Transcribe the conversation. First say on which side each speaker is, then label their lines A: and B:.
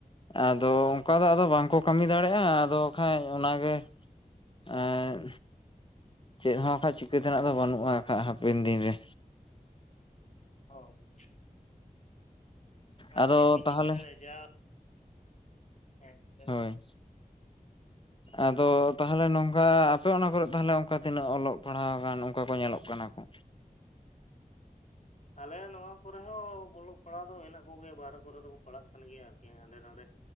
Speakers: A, on the left; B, on the left.
A: ᱟᱫᱚ ᱚᱱᱠᱟ ᱫᱚ ᱟᱫᱚ ᱵᱟᱝᱠᱚ ᱠᱟᱹᱢᱤ ᱫᱟᱲᱮᱭᱟᱜᱼᱟ ᱟᱫᱚ ᱠᱷᱟᱡ ᱚᱱᱟ ᱜᱮ ᱮᱸ ᱪᱮᱫ ᱦᱚᱸ ᱦᱟᱠᱷᱟᱡ ᱪᱤᱠᱟᱹ ᱛᱮᱱᱟᱜ ᱫᱚ ᱵᱟᱹᱱᱩᱜᱼᱟ ᱦᱟᱠᱷᱟᱡ ᱦᱟᱯᱮᱱ ᱫᱤᱱ ᱨᱮ
B: ᱦᱳᱭ ᱟᱨ
A: ᱟᱫᱚ
B: ᱪᱮᱫ ᱵᱤᱱ
A: ᱛᱟᱦᱚᱞᱮ
B: ᱪᱤᱠᱟᱹ ᱫᱟᱲᱟᱭᱟᱜᱼᱟ ᱡᱟ ᱦᱮᱸ ᱪᱤᱠᱟᱹᱵᱤᱱ᱾
A: ᱦᱳᱭ ᱟᱫᱚ ᱛᱟᱦᱚᱞᱮ ᱱᱚᱝᱠᱟ ᱟᱯᱮ ᱚᱱᱟ ᱠᱚᱨᱮ ᱛᱟᱦᱚᱞᱮ ᱚᱱᱠᱟ ᱛᱤᱱᱟᱹᱜ ᱚᱞᱚᱜ ᱯᱟᱲᱦᱟᱣ ᱜᱟᱱ ᱚᱱ- ᱠᱚ ᱠᱚ ᱧᱮᱞᱚᱜ ᱠᱟᱱᱟ ᱠᱚ
B: ᱟᱞᱮ ᱱᱚᱣᱟ ᱠᱚᱨᱮ ᱦᱚᱸ ᱚᱞᱚᱜ ᱯᱟᱲᱦᱟᱜ ᱫᱚ ᱢᱮᱱᱟᱜ ᱠᱚᱜᱮᱭᱟ ᱵᱟᱦᱨᱮ ᱠᱚᱨᱮ ᱫᱚᱠᱚ ᱯᱟᱲᱦᱟᱜ ᱠᱟᱱ ᱜᱮᱭᱟ ᱟᱨᱠᱤ ᱦᱟᱸᱰᱮ ᱱᱟᱰᱮ